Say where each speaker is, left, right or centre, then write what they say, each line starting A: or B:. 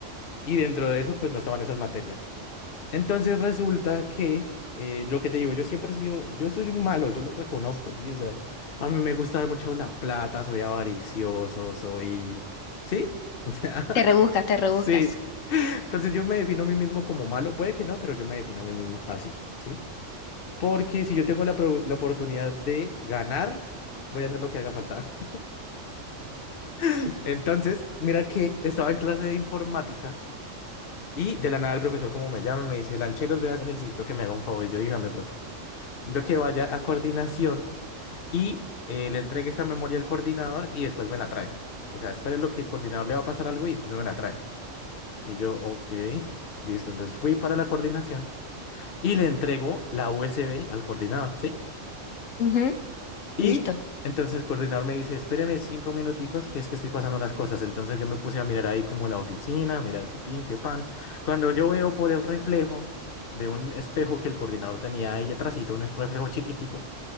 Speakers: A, on the left (about 50°); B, on the left (about 80°).
A: Y dentro de eso, pues no estaban esas materias. Entonces resulta que eh, lo que te digo, yo siempre he sido, yo soy un malo, yo lo reconozco, ¿sí? O sea, a mí me gusta mucho la plata, soy avaricioso, soy... ¿Sí? O sea, <laughs>
B: Te rebuscas, te rebuscas.
A: sí. Entonces yo me defino a mí mismo como malo, puede que no, pero yo me defino a mí mismo así, ¿sí? Porque si yo tengo la, pro- la oportunidad de ganar, voy a hacer lo que haga falta. <laughs> Entonces, mira que estaba en clase de informática y de la nada el profesor como me llama y me dice, Lancheros, vea que necesito que me haga un favor. Y yo, dígame, profe. Entonces que vaya a coordinación y eh, le entregue esta memoria al coordinador y después me la trae. O sea, espere lo que el coordinador le va a pasar algo y después me la trae. Y yo, ok, listo. Entonces fui para la coordinación y le entrego la USB al coordinador, ¿sí?
B: Ujú,
A: Y
B: Listo. O
A: entonces el coordinador me dice, espéreme cinco minuticos, que es que estoy pasando unas cosas. Entonces yo me puse a mirar ahí como la oficina, mirar qué pin, qué pan. Cuando yo veo por el reflejo de un espejo que el coordinador tenía ahí atrásito, un reflejo chiquitico.